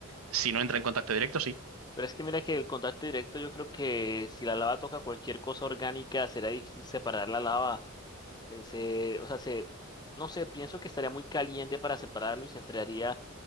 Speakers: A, on the right; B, on the left.
A: Si no entra en contacto directo, sí.
B: Pero es que mira que el contacto directo, yo creo que si la lava toca cualquier cosa orgánica, será difícil separar la lava eh, se, o sea, se, no sé, pienso que estaría muy caliente para separarlo y se enfriaría